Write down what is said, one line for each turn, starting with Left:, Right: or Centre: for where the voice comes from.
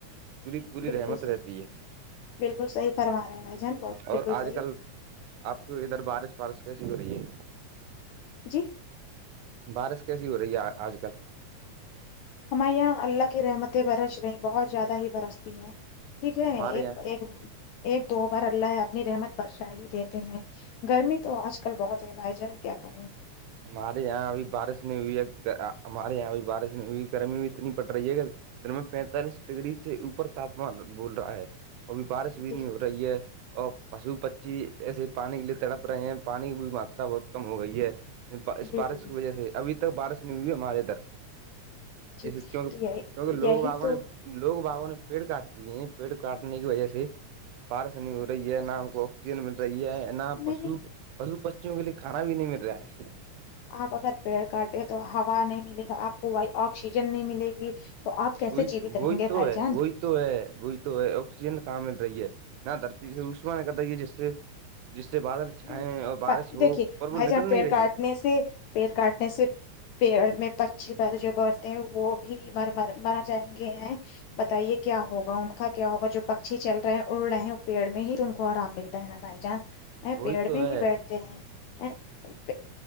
Right: پوری پوری
Left: بالکل
Right: رحمت
Left: صحیح
Right: رہتی ہے
Left: بالکل صحی فرما رہے ہیں بائی جان بہت بالکل
Right: اور آج
Left: صحیح
Right: کل آپ کو ادھر بارش وارش کیسی ہو رہی ہے
Left: جی
Right: بارش کیسی ہو رہی ہے آج کل
Left: ہمارے یہاں اللہ کی رحمتیں برش رہی ہیں بہت زیادہ ہی برستی ہیں ٹھیک ہے
Right: ہمارے
Left: ایک
Right: یہاں
Left: ایک ایک دو بار اللہ اپنی رحمت برشاہ ہی دیتے ہیں گرمی تو آج کل بہت ہے بھائی جان کیا کر رہے ہیں
Right: ہمارے یہاں ابھی بارش نہیں ہوئی ہے ہمارے یہاں ابھی بارش نہیں ہوئی گرمی بھی اتنی پڑ رہی ہے گ در میں پینتالیس ڈگری سے اوپر تاپمان بول رہا ہے ابھی بارش بھی
Left: جی
Right: نہیں ہو رہی ہے اور پشو پچھی ایسے پانی کے لیے تڑپ رہے ہیں پانی کی بھی ماترا بہت کم ہو گئی ہے اس
Left: جی
Right: بارش
Left: جی جی
Right: کی وجہ سے ابھی تک بارش نہیں ہوئی ہمارے ادھر
Left: جی
Right: اس کیک
Left: تو یہی
Right: کیونکہ لوگ
Left: یہی
Right: باگوں
Left: تو
Right: نے لوگ بابوں نے پیڑ کاٹتی ہیں پیڑ کاٹنے کی وجہ سے بارش نہیں ہو رہی ہے نہ ہم کو آکسیجن مل رہی ہے ا
Left: نہیں
Right: پشو
Left: نہیں
Right: پشو پچیوں کے لیے کھانا بھی نہیں مل رہا ہے
Left: آپ اگر پیڑ کاٹیں گے تو ہوا نہیں ملے گا آپ کو وہ آکسیجن نہیں ملے گی تو آپ کیسے
Right: وہی
Left: جیوت
Right: وہی
Left: رہیں گے
Right: تو
Left: بھائی
Right: ہے
Left: جان
Right: وہی تو ہے بئی تو ہے آکسیجن کہاں مل رہی ہے نہ دھرتی سے عشما کرتا یہ جس سے جس سے بادل چھائیں
Left: نہیں نہیں
Right: اور بارش ہو
Left: دیکھیے
Right: پر
Left: بھائی
Right: وہ نکل
Left: جان پیڑ
Right: نہیں رہی
Left: کاٹنے
Right: ہے
Left: سے پیڑ کاٹنے سے پیڑ میں پچھی پید جو بڑھتے ہیں وہ بھی مر م مرا جائیں گے ہیں بتائیے کیا ہوگا ان کا کیا ہوگا جو پکشی چل رہے ہیں اڑ رہے ہیں پیڑ میں ہی ان کو آرام ملتا ہے نا بائی چانس ا
Right: وہی
Left: پیڑ
Right: تو
Left: میں
Right: ہے
Left: ہی بیٹھتے ہیں ا